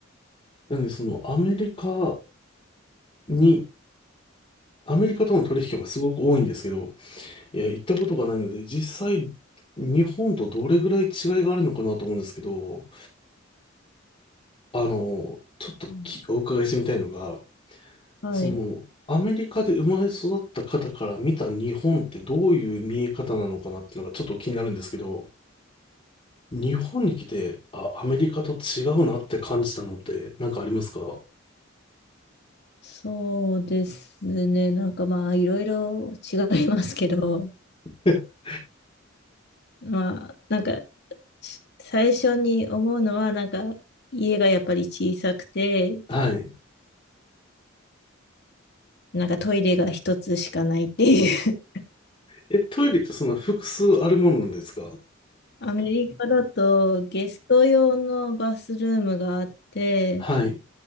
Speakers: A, on the left (about 30°); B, on the left (about 55°).
A: なので、その、アメリカに、アメリカとの取引はすごく多いんですけど、いや、行ったことがないので、実際、日本とどれぐらい違いがあるのかなと思うんですけど、あの、ちょっときお伺いしてみたいのが、
B: うんはい。
A: その、アメリカで生まれ育った方から見た日本ってどういう見え方なのかなっていうのがちょっと気になるんですけど、日本に来て、あ、アメリカと違うなって感じたのってなんかありますか
B: そうですね。なんかまあ、いろいろ違いますけど、
A: <laughs>
B: <laughs> まあ、なんか、し最初に思うのは、なんか、家がやっぱり小さくて、
A: はい。
B: なんかトイレが一つしかないっていう。
A: え、トイレってそんな複数あるものなんですか
B: <laughs> アメリカだとゲスト用のバスルームがあって、
A: はい。